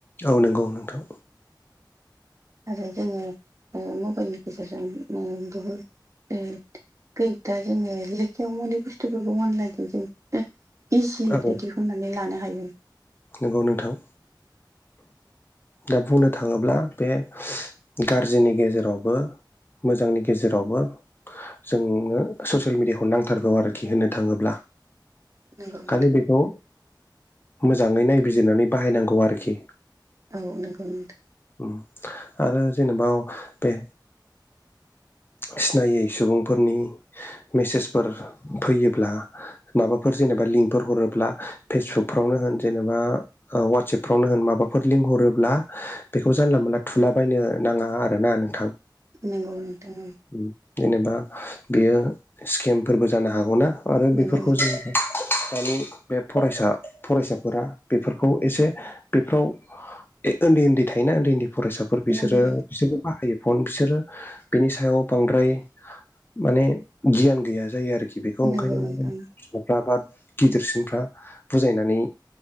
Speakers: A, on the left (about 25°); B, on the right (about 40°).
A: औ नंगौ नोंथां।
B: आरो जोङो ओ मबाइलनि गेजेरजों ओ बहुद ओ खैएकथा‌ जोङो लेखायाव मोनि बुस्थुफोरखो अनलाइनजों जों इजियैनो
A: औ
B: दिहुननानै लानो हायो
A: नंगौ नोंथां। दा बुंनो थाङोब्ला बे गाज्रिनि गेजेरावबो मोजांनि गेजेरावबो जोंनो ससियेल मिडियाखौ नांथारगौ आरो खि होनो थाङोब्ला
B: नंगौ नोंथां
A: खालि बेखौ जाङै नायबिजिरनानै बाहायनांगौ आरोखि
B: औ नंगौ नोंथां।
A: ओम आरो जेनेबा बे सिनायै सुबुंफोरनि मेसेजफोर फैयोब्ला माबाफोर जेनेबा लिंकफोर हरोब्ला फेसबुकफोरावनो होन जेनेबा ओ वाटसएपफ्रावनो होन माबाफोर लिंक हरोब्ला बेखौ जानला मोनला थुलाबायनो नाङा आरोना नोंथां
B: नंगौ नोंथां ओं।
A: ओम जेनेबा बेयो स्केमफोरबो जानो हागौना आरो
B: नंगौ
A: बेफोरखौ
B: नोंथां
A: जों <unintelligible> दानि बे फरायसा फरायसा फोरा बेफोरखौ एसे बेफ्राव ओन्दै-ओन्दै थायोना ओन्दै-ओन्दै फरायसा फोर बिसोरो
B: नंगौ
A: बिसोरबो बाहायो फन बिसोरो बिनि सायाव बांद्राय माने गियान गैया जायो आरोखि बेखौ
B: नोंथां
A: ओंखायनो
B: नंगौ नोंथां नंगौ
A: फिफाफ्रा बा गिदिरसिनफ्रा बुजायनानै